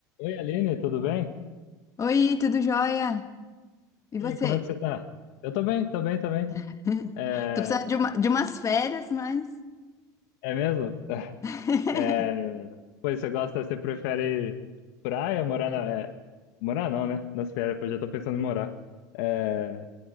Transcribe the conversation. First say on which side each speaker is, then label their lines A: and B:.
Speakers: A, on the left; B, on the left.
A: Oi, Aline, tudo bem?
B: Oi, tudo jóia? E você?
A: E aí, como é que você tá? Eu tô bem, tô bem, tô bem.
B: <laughs>
A: É,
B: Tô precisando de, uma- de umas férias, mas.
A: é mesmo? <laughs>
B: <laughs>
A: É, pois você gosta, você prefere praia, morar na... é, Morar não, né? Nas férias, pois já tô pensando em morar. É,